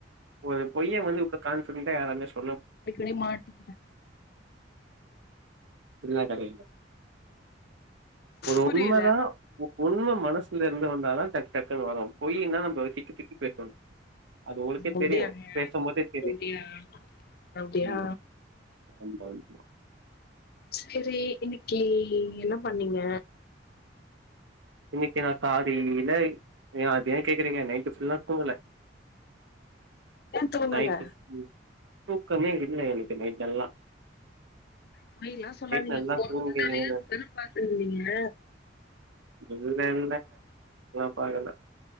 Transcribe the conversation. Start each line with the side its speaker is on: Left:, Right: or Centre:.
Right: ஒரு பொய்ய வந்து இவ்ளோ கான்ஃபிடென்டா யாராலயு சொல்
Left: அடிக்கடி மாட்டிக்கிட்டே
Right: இப்படிதான் கனி ஒரு
Left: புரியல
Right: உண்ம தான் உண்மை மனசுல இருந்து வந்தாதா டக்டக்குனு வரு பொயின்னா நம்ம திக்கிதிக்கி பேசணு அது உங்களுக்கே
Left: அப்டியா
Right: தெரியும் பேசும் போதே தெரி
Left: அப்டியா அப்டியா
Right: <unintelligible>
Left: செரி இன்னெக்கி என்ன பண்ணீங்க
Right: இன்னெக்கி நான் சாதீல எ அது ஏ கேக்குறீங்க நைட்டு ஃபுல்லா தூங்கல
Left: ஏ தூங்கல
Right: நைட்டு தூக்கமே இல்ல எனகு நைட்டெல்லா
Left: பொய்லா சொல்லாதீங்க
Right: நல்லா
Left: போன்
Right: தூங்கினேன்
Left: வந்து ரீல்ஸ்
Right: நானு
Left: தான பாத்துந்தீங்க
Right: இல்ல இல்ல நா பாக்கல